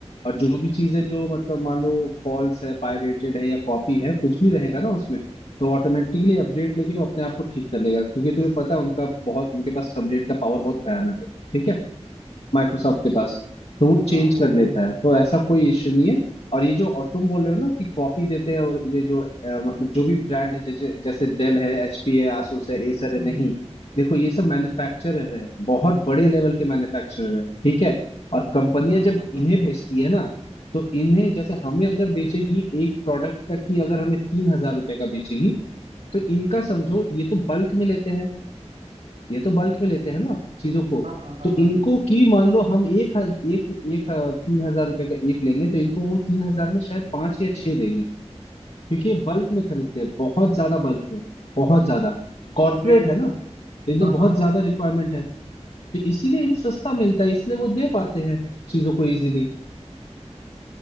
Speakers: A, on the left (about 60°); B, on the right (about 75°).
A: और जो भी चीजें जो मतलब मान लो फॉल्स है पायरेटेड है या कॉपी है कुछ भी रहेगा ना उसमें तो ऑटोमेटिकली अपडेट लेके वो अपने आप को ठीक कर लेगा क्योंकि तुम्हें पता है उनका बहुत उनके पास अपडेट का पावर बहुत भयानक है ठीक है माइक्रोसॉफ्ट के पास तो वो
B: हाँ
A: चेंज
B: वो
A: कर लेता
B: तो है
A: है तो ऐसा कोई इश्यू नहीं है और ये जो और तुम बोल रहे हो ना कि कॉपी देते हैं और ये जो अ, मतलब जो भी ब्रांड है जैसे जैसे डेल है एचपी है asus है acer है
B: हम्म
A: नहीं
B: हम्म।
A: देखो ये सब मैन्युफैक्चरर है बहुत बड़े लेवल के मैन्युफैक्चरर है ठीक है और कंपनियां
B: हाँ
A: जब
B: वो तो
A: इन्हें
B: है
A: बेचती है ना तो इन्हें जैसे हमें अगर बेचेगी एक प्रोडक्ट का की अगर हमें तीन हजार रुपए का बेचेगी तो इनका समझो ये तो बल्क में लेते हैं ये तो बल्क में लेते हैं ना चीजों को
B: हाँ हाँ हाँ
A: तो
B: हाँ
A: इनको की मान लो हम एक हज- एक एक अ, तीन हजार रुपए का एक लेंगे तो इनको वो तीन हजार में शायद पांच या छह देंगे क्योंकि ये बल्क में खरीदते हैं बहुत ज्यादा बल्क में बहुत ज्यादा कॉर्पोरेट
B: जो ये मतलब
A: है ना तो इनको
B: हाँ हाँ
A: बहुत ज्यादा रिक्वायरमेंट है तो इसीलिए इन्हें सस्ता मिलता है इसलिए वो दे पाते हैं चीजों को इजीली